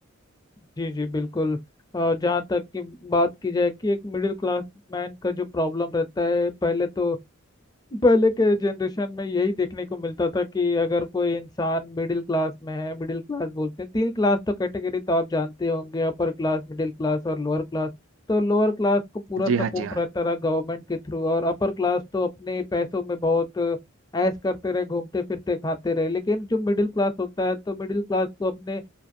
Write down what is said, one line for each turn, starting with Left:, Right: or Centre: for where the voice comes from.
Left: जी जी बिल्कुल और जहाँ तक कि बात की जाए कि एक मिडिल क्लास मैन का जो प्रॉब्लम रहता है पहले तो पहले के जनरेशन में यही देखने को मिलता था कि अगर कोई इंसान मिडिल क्लास में है मिडिल क्लास बोलते हैं तीन क्लास तो कैटेगरी तो आप जानते होंगे अपर क्लास मिडिल क्लास और लोअर क्लास तो लोअर क्लास को पूरा
Right: जी हाँ
Left: सपोर्ट
Right: जी हाँ
Left: रहता रहा गवर्नमेंट के थ्रू और अपर क्लास तो अपने पैसों में बहुत ऐश करते रहे घूमते फिरते खाते रहे लेकिन जो मिडिल क्लास होता है तो मिडिल क्लास को अपने अ,